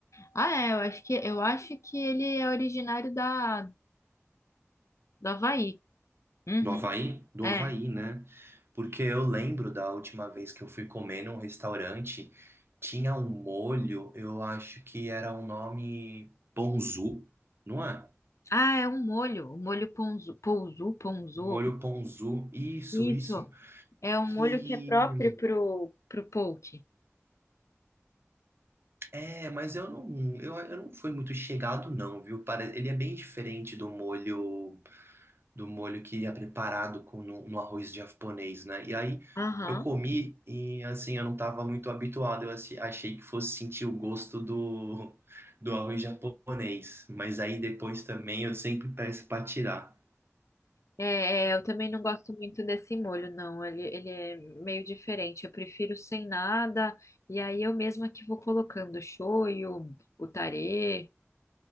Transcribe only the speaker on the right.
Do Havaí? Do
Havaí, né? Porque eu lembro da última vez que eu fui comer num restaurante, tinha um molho, eu acho que era um nome ponzu, não é?
Molho ponzu, isso,
isso.
Que
É, mas eu não, eu, eu não fui muito chegado não, viu? Para, ele é bem diferente do molho do molho que é preparado com no, no arroz japonês, né? E aí
eu comi e assim eu não estava muito habituado, eu achi- achei que fosse sentir o gosto do do arroz japonês, mas aí depois também eu sempre peço para tirar.